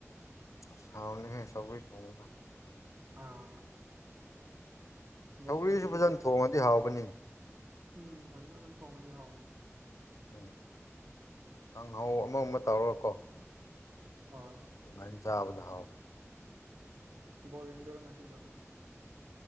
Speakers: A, on the left (about 85°); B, on the right (about 60°).
A: ꯑꯁ ꯍꯎꯅꯤꯍꯤ ꯁꯧꯒ꯭ꯔꯤ ꯊꯣꯡꯕꯗꯣ
B: ꯑꯥ ꯕꯣ
A: ꯁꯧꯒ꯭ꯔꯤꯁꯨ
B: ꯉꯁꯤꯁꯨ
A: ꯐꯖꯅ
B: ꯕꯣꯜ
A: ꯊꯣꯡꯉꯗꯤ ꯍꯥꯎꯕꯅꯤ
B: ꯎꯝ ꯐꯖꯅ ꯑꯗꯨꯝ ꯊꯣꯡꯉꯗꯤ ꯍꯥꯎꯋꯤ
A: ꯎꯝ ꯀꯪꯍꯧ ꯑꯃ ꯑꯃ ꯇꯧꯔꯒꯀꯣ
B: ꯍꯣꯏ
A: ꯑꯗꯨꯃꯥꯏꯅ ꯆꯥꯕꯗꯣ ꯍꯎꯕꯅꯤ
B: ꯍꯣꯏ ꯕꯣꯜ ꯌꯦꯡꯗꯣꯏꯔꯣ ꯉꯁꯤꯁꯨ